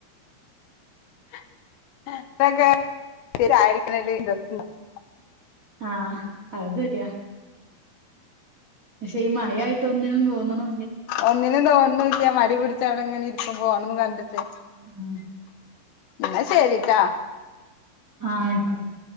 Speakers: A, on the left; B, on the right.
A: <unintelligible>
B: ആ അത് ശെരിയാ. പക്ഷെ ഈ മഴായിട്ടൊന്നിനും തോന്ന്ണു
A: ഒന്നിനും തോന്ന്ണുല്ല മടി പിടിച്ചവിടെ ങ്ങനെ ഇരിക്കും ഫോണും കണ്ട്ട്ട്
B: ആ
A: ന്ന ശെരി ട്ടോ
B: ആ അയ്ക്കോട്ടെ.